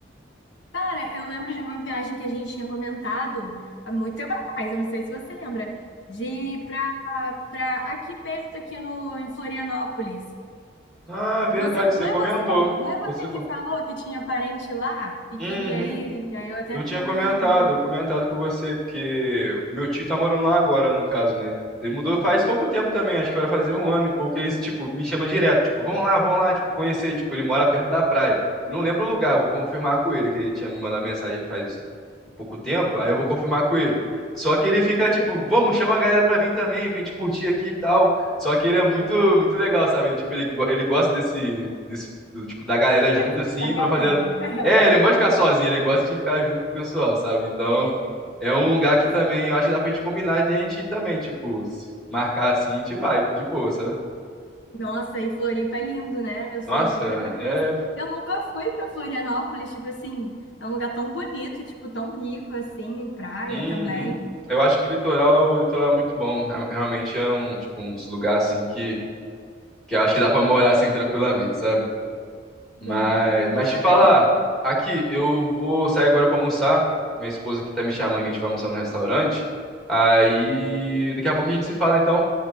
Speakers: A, on the left (about 70°); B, in the centre.
A: Cara, eu lembro de uma viagem que a gente tinha comentado há muito tempo atrás, eu não sei se você lembra, de ir para para aqui perto, aqui no, em Florianópolis.
B: Ah, verdade,
A: Você, não
B: você comentou.
A: é você, não é você
B: Você com...
A: que falou que tinha parente lá e
B: Uhum.
A: queria ir, e aí eu até
B: Eu
A: comentei,
B: tinha comentado,
A: então,
B: eu comentado com você, porque o meu tio tá morando lá agora, no caso, né? Ele mudou faz pouco tempo também, acho que vai fazer um ano e pouco. Ele, tipo, me chama direto, tipo, vamos lá, vamos lá, tipo, conhecer. Tipo, ele mora perto da praia. Eu não lembro o lugar, vou confirmar com ele, que ele tinha me mandado mensagem faz um pouco tempo, aí eu vou confirmar com ele. Só que ele fica, tipo, vamos, chama a galera pra vir também, pra gente curtir aqui e tal. Só que ele é muito, muito legal, sabe? Tipo, ele, go- ele gosta desse, desse, do, tipo, da galera
A: do
B: junto,
A: pessoal,
B: assim,
A: da galera.
B: pra fazer é, ele não gosta de ficar sozinho, ele gosta de ficar junto com o pessoal, sabe? Então,
A: <laughs>
B: é um lugar que
A: E
B: também
A: Flo-
B: eu acho que dá pra gente combinar de a gente ir também, tipo, se marcar assim, a gente vai, de boa, sabe?
A: Nossa, e Floripa é lindo, né? Eu
B: Nossa,
A: sou doida pra conhecer.
B: é.
A: Eu nunca fui pra Florianópolis, tipo assim, é um lugar tão bonito, tipo, tão rico, assim, praia
B: Uhum.
A: também.
B: Eu acho que litoral, o litoral é muito bom. Re- Realmente é um, tipo, um dos lugares assim que, que eu acho que dá pra morar assim tranquilamente, sabe? Mas,
A: Sim, eu tô
B: mas
A: doida
B: te falar,
A: pra ir.
B: aqui, eu vou sair agora pra almoçar. Minha esposa aqui tá me chamando que a gente vai almoçar no restaurante. Aí, daqui a pouco a gente se fala então,